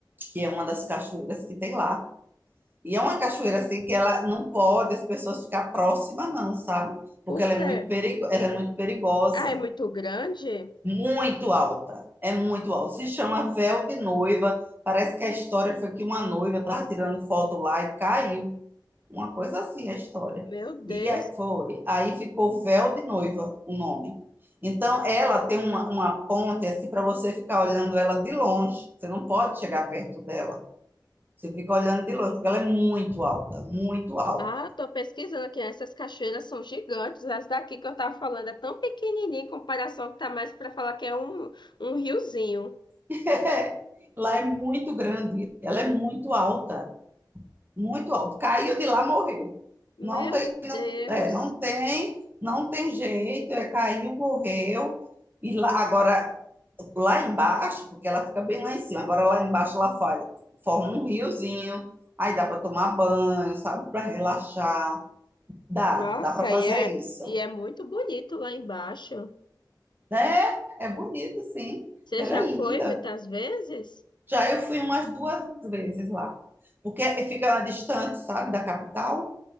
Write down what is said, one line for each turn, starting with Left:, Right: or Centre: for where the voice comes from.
Right: que é uma das cachoeiras que tem lá. E é uma cachoeira assim que ela não pode as pessoas ficar próximas, não, sabe? Porque
Left: Por
Right: ela
Left: quê?
Right: é muito perigo, ela é muito perigosa,
Left: Ah, é muito grande?
Right: muito alta, é muito alta. Se chama Véu de Noiva. Parece que a história foi que uma noiva estava tirando foto lá e caiu. Uma coisa assim a história.
Left: Meu Deus.
Right: E aí- foi. Aí ficou Véu de Noiva o nome. Então, ela tem uma, uma ponte assim para você ficar olhando ela de longe. Você não pode chegar perto dela. Você fica olhando de longe, porque ela é muito alta, muito alta.
Left: Ah, eu tô pesquisando aqui. Essas cachoeiras são gigantes. As daqui que eu tava falando é tão pequenininha em comparação que tá mais para falar que é um, um riozinho.
Right: <laughs> Lá é muito grande, ela é muito alta, muito alta. Caiu de lá, morreu.
Left: Meu
Right: Não tem,
Left: Deus.
Right: não, é, não tem, não tem jeito, é caiu, morreu. E lá, agora, lá embaixo, porque ela fica bem lá em cima, agora lá embaixo ela faz, forma um riozinho, aí dá para tomar banho, sabe, para relaxar. Dá,
Left: Nossa,
Right: dá para fazer
Left: e é,
Right: isso,
Left: e é muito bonito lá embaixo.
Right: né? É bonito, sim.
Left: Você
Right: Ela
Left: já
Right: é linda.
Left: foi muitas vezes?
Right: Já eu fui umas duas vezes lá, porque fica distante, sabe, da capital,